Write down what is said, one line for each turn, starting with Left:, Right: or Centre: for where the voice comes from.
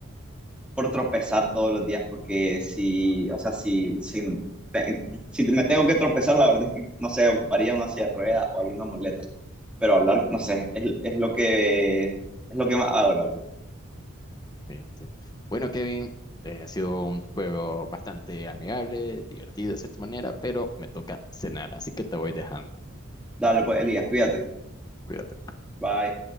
Centre: por tropezar todos los días porque si, o sea, si, si, te- si me tengo que tropezar, la verdad es que, no sé, ocuparía una silla de rueda o alguna muleta. Pero hablar, no sé, es, es lo que, es lo que más hago, la verdad.
Left: Sí, entiendo. Bueno, Kevin, eh, ha sido un juego bastante amigable, divertido de cierta manera, pero me toca cenar, así que te voy dejando.
Centre: Dale, pues, Elías, cuídate.
Left: Cuídate.
Centre: Bye.